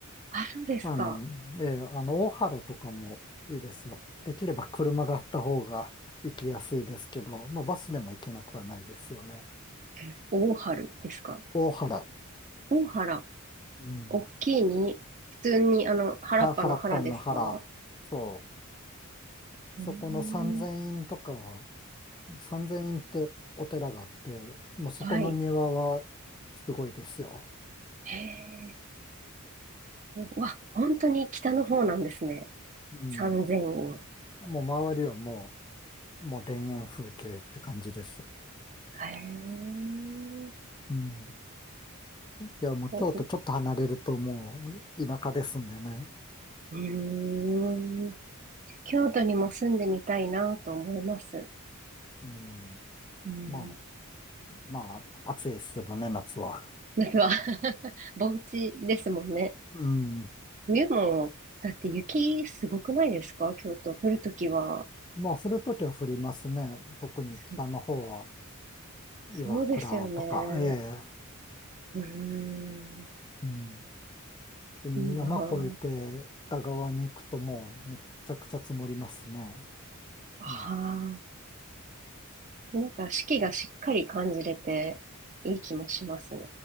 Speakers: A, on the right; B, on the left.
A: あ、あ、そうですか。
B: あの、えーあの大原とかもいいですよ。できれば車があった方が行きやすいですけど、まあバスでも行けなくはないですよね。
A: え大原ですか。
B: 大原。
A: 大原。
B: うん。
A: 大きいに、普通に、あの、原っぱの原ですか
B: は、原っぱんの原。そう。
A: うーん
B: そこの三千院とかは、三千院ってお寺があって、もうそこの庭はすごいですよ。
A: はい。へえ。うわ、本当に北の方なんですね。
B: うん。
A: 三千院。
B: もう周りはもう、もう田園風景って感じです。
A: へえ。
B: うん。いや、もう京都ちょっと離れるともう田舎ですんでね。
A: おうーん。京都にも住んでみたいなと思います。
B: うん。
A: うん。
B: まあ、まあ、暑いですけどね、夏は。
A: 夏は <laughs> 盆地ですもんね。
B: うん。
A: 冬も、だって雪すごくないですか京都。降るときは。
B: まあ、降るときは降りますね。特に北の方は、
A: そそうですよね。
B: 岩倉とか、ええ。
A: うーん。
B: うん。山越えて北側に行くともうめっちゃくちゃ積もりますね。
A: いいなああ、
B: うん。
A: なんか四季がしっかり感じれていい気もしますね。